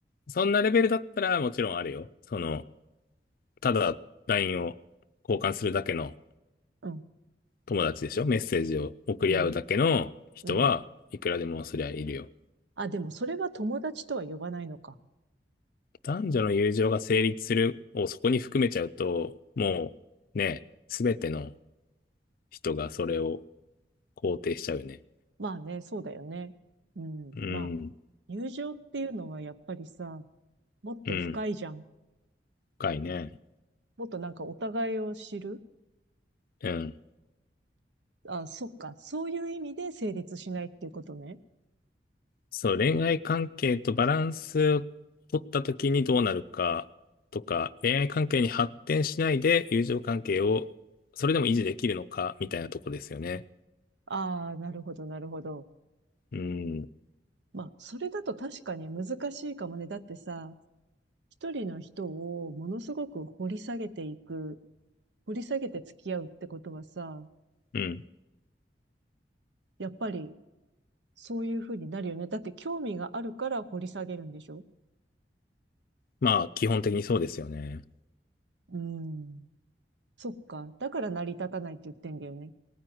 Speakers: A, on the left (about 55°); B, on the right (about 80°).
A: そんなレベルだったらもちろんあるよ。その、ただ LINE を交換するだけの
B: うん、
A: 友達でしょメッセージを送り合うだけの人はいくらでもそりゃいるよ。
B: うん、うん。あ、でもそれは友達とは呼ばないのか。
A: 男女の友情が成立するをそこに含めちゃうと、もうね、すべての人がそれを肯定しちゃうね。
B: まあね、そうだよね。うん、
A: うん、
B: まあ、友情っていうのはやっぱりさ、もっと深いじゃん。
A: うん、深いね。
B: もっとなんかお互いを知る。
A: うん。
B: あ、そっか。そういう意味で成立しないっていうことね。
A: そう、恋愛関係とバランスを取った時にどうなるかとか、恋愛関係に発展しないで友情関係をそれでも維持できるのかみたいなとこですよね。
B: ああ、なるほど、なるほど。
A: うん。
B: まあ、それだと確かに難しいかもね。だってさ、一人の人をものすごく掘り下げていく、掘り下げて付き合うってことはさ、
A: うん。
B: やっぱりそういうふうになるよね。だって興味があるから掘り下げるんでしょ
A: まあ、基本的にそうですよね。
B: うん。そっか。だから成り立たないって言ってんだよね。